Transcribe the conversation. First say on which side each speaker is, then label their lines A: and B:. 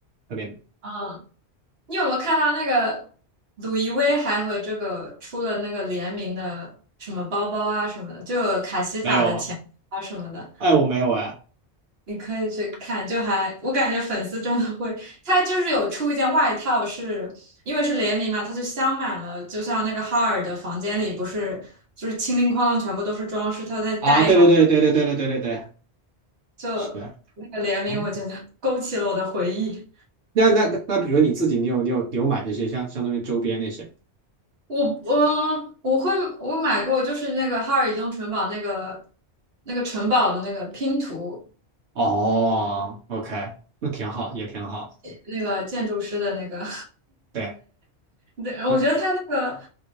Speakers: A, on the right; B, on the right.
A: 特别美。
B: 嗯。你有没有看到那个鲁易威还和这个出了那个联名的什么包包啊什么的，就有卡西法的钱啊什么的，
A: 没有啊，哎，我没有哎，
B: 你可以去看，就还我感觉粉丝真的会，他就是有出一件外套是，因为是联名嘛，他就镶满了，就像那个哈尔的房间里不是就是清零哐啷全部都是装饰，他再戴上
A: 啊，对对对对对对对对对对，
B: 就
A: 是的。
B: 那个联名，
A: 哦，
B: 我觉得勾起了我的回忆。
A: 那那那，那比如你自己，你有你有你有买这些相相当于周边那些？
B: 我我我会我买过，就是那个哈尔移动城堡那个那个城堡的那个拼图，
A: 哦，OK，那挺好，也挺好。
B: 那个建筑师的那个，
A: 对，
B: <laughs> 对，我觉得他那个
A: 那。